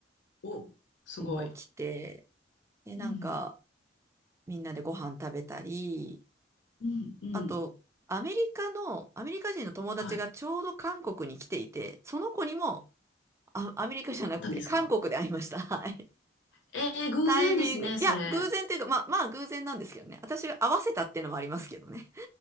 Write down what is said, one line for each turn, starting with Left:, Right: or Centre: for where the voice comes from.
Left: お、すごい。
Right: 子も来て、で、なんか、
Left: うん。
Right: みんなでご飯食べたり、
Left: うん。うん。
Right: あと、アメリカの、アメリカ人の友達がちょうど韓国に来ていて、
Left: はい。
Right: その子にも、あ、アメリカじゃなくて、
Left: あったんですか
Right: 韓国で会いました。<laughs> はい。
Left: えー、偶然ですね、
Right: タイミング。いや、
Left: それ。
Right: 偶然っていうか、まあ、まあ、偶然なんですけどね。私が合わせたっていうのもありますけどね。